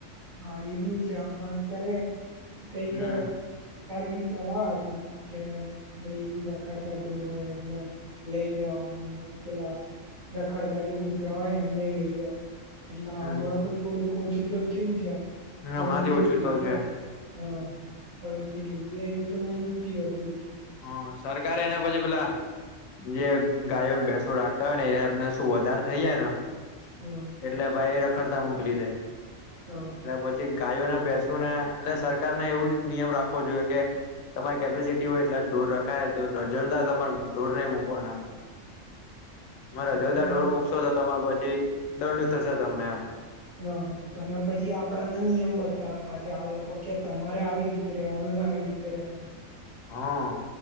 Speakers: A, on the right (about 70°); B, on the left (about 80°).
A: હા એ બી છે પણ અત્યારે કઈક
B: હમ
A: બી ચલા છે કે ભાઈ રખડતાઢોર હોય એમને લઈ જવાનું પેલા રખડતા જે કુતરા હોય એમને લઈ જવા એટલે
B: હમ
A: હમણાં તો થોડુંક ઓછું તો થયું છે
B: હમણાંથી
A: પણ આમ જે
B: ઓછું
A: જોઈએ
B: તો છે
A: હા પણ જે જોઈએ એવું તો નહીં થયું હજુ
B: હ સરકાર એને બજે પેલા જે ગાયોને ભેસો રાખતા હોય ને એ એમને શું વધારે થઇ જાય ને
A: હમ
B: એટલે ભાઈ રખડતા મોકલી દે એટલે
A: હમ
B: પછી ગાયોને બેસો ને એટલે સરકારને એવું જ નિયમ રાખવો જોઈએ કે તમારી કેપેસિટી હોય એટલા ઢોર રખાય તો રજરતા તમારે ઢોર નહિ મુૂકવાના મારા જલદા
A: અને
B: ઢોર મુૂકશો તો તમારે પછી દંડ થશે તમને એમ
A: હા અને પછી આપડાને નિયમ બતાવે પાછા આ લોકો કે તમારે આવી રીતે રહેવાનું આવી રીતે રહેવાનું
B: હા